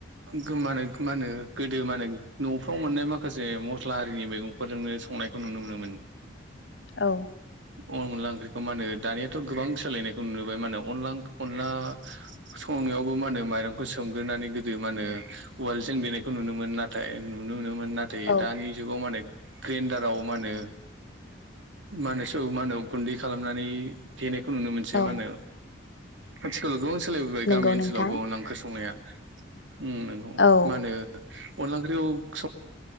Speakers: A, on the right (about 75°); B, on the left (about 65°).
A: गोमानायखौ मा होनो गोदो माने न'फ्राव मोननाय माखासे मसला हारिनि मैगंफोरजोंनो संनायखौ नुनो मोनोमोन।
B: औ।
A: अन अनला ओंख्रिखौ मा होनो दानियाथ' गोबां सोलायनायखौ नुुबाय मा होनो अनलां अनला सं संयावबो मा होनो माइरंखौ सोम नानै गोदो मा होनो उवाल जों देनायखौ नुनो मोन नाथाय नुनो मोनो मोन नाथाय
B: औ
A: दानि जुगाव मा होनो ग्रेन्दाराव मा होनो मा होनो सो मा होनो गुन्दै खालामनानै जेने खौ नुनो मोनसै
B: औ
A: मा होनो आथिखालाव गोबां सोलायबोबाय
B: नंगौ
A: गामि ओनसोलावबो
B: नोंथां
A: ओंख्रि संनाया। उम नोंगौ
B: औ
A: मा होनो अनला ओंख्रिखौ सो